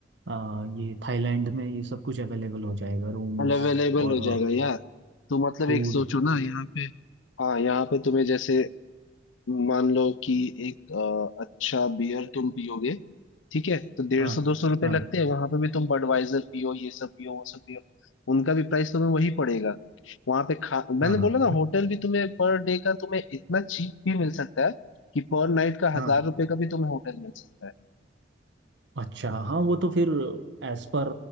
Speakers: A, on the right; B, on the left.
A: आ, ये थाईलैंड में ये सब कुछ अवेलेबल हो जाएगा रूम्स
B: अवेलेबल
A: और
B: हो जाएगा यार तो मतलब
A: फूड
B: एक सोचो ना यहाँ पे हाँ यहाँ पे तुम्हें जैसे मान लो कि एक अ, अच्छा बियर तुम पियोगे ठीक है तो डेढ़
A: हाँ
B: सौ दो सौ रुपए
A: हाँ
B: लगते हैं वहां पे भी तुम बडवाइजर पियो ये सब पियो वो सब पियो उनका भी प्राइस तुम्हें वही पड़ेगा वहां पे खा
A: हाँ
B: मैंने
A: हाँ
B: बोला ना होटल भी तुम्हें पर डे का तुम्हें इतना चीप भी मिल सकता है कि पर नाइट का
A: हाँ
B: हजार रुपए का भी तुम्हें होटल मिल सकता है
A: अच्छा हाँ वो तो फिर एज पर